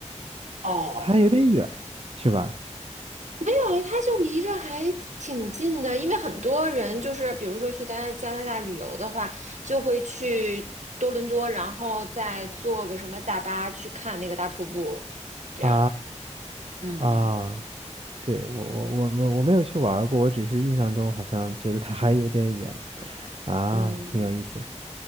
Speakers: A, on the right; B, on the right.
A: 哦，
B: 它有点远，是吧？
A: 没有，它就离着还挺近的，因为很多人就是，比如说去加拿加拿大旅游的话，就会去多伦多，然后再坐个什么大巴去看那个大瀑布，这样。
B: 啊
A: 嗯，
B: 啊。哦对，我我我我我没有去玩儿过，我只是印象中好像觉得它还有点远啊，
A: 嗯，
B: 挺有意思。